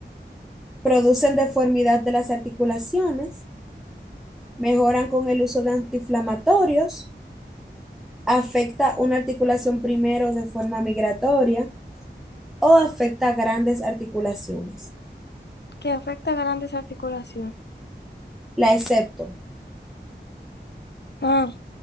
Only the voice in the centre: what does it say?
Producen deformidad de las articulaciones. Mejoran con el uso de antiinflamatorios. Afecta una articulación primero de forma migratoria o afecta grandes articulaciones.
La excepto.